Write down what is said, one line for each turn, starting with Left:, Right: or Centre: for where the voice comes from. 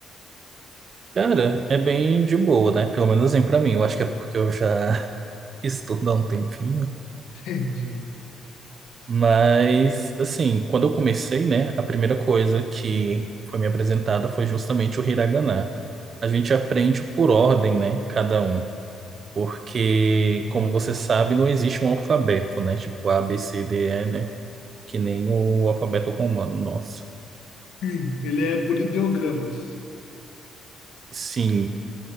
Right: Cara, é bem de boa, né? Pelo menos assim pra mim. Eu acho que é porque eu já <laughs> estudo há um tempinho.
Left: <laughs> Entendi.
Right: Mas, assim, quando eu comecei, né, a primeira coisa que foi me apresentada foi justamente o Hiragana. A gente aprende por ordem, né? Cada um. Porque,
Left: Entendi.
Right: como você sabe, não existe um alfabeto, né? Tipo A, B, C, D, E, né? Que nem o alfabeto romano nosso.
Left: Sim, ele é por ideogramas.
Right: Sim.